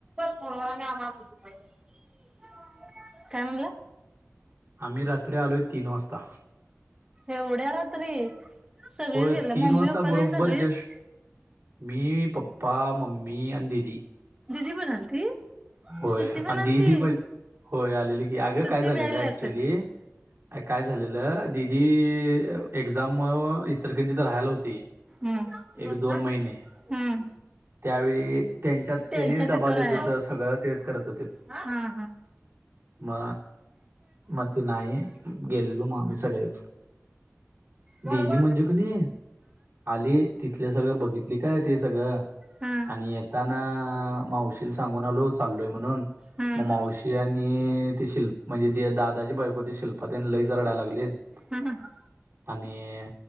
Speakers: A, on the right; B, on the right.
A: फोनवर आणि आम्हाला, तु शिकवायची. आ काय म्हणला?
B: आम्ही रात्री आलोय तीन वाजता.
A: एवढ्या रात्री! ! सगळीच
B: होय
A: गेलेले,
B: तीन
A: मम्मी
B: वाजता
A: पप्पान
B: बरोबर
A: आणी सगळीच,
B: जस्ट मी पप्पा, मम्मी अन् दिदी.
A: दिदी पण आलती
B: होय
A: श्रुती पण
B: आणि
A: आलती
B: दिदी पण होय आलेली की अग काय
A: ती
B: झालेल
A: व्यायली असेल
B: ऍक्च्युली अ काय झालेल दिदी एक्झाम मुळ इचलकरंजी राहायला होती
A: हम्म
B: एक दोन महिने
A: हम्म
B: त्यावेळी त्यांच्यात
A: त्यांच्या
B: त्यानी डबा
A: तिथं
B: देत
A: राहाय
B: होतस सगळं तेच करत होते
A: हा हा
B: म माती नाही गेलेलो मग आम्ही सगळेच
A: हम्म
B: दीदी म्हणजे कणी आली तिथल सगळ बघितल ती काय ती सगळ
A: हम्म
B: आणि येताना मावशीला सांगुन चाललोय म्हणुन
A: हम्म
B: मग मावशी आणि ते शिल्प म्हणजे दादाची बायको ते शिल्पा तेन लईच रडायला लागलेत
A: हम् हा
B: आणि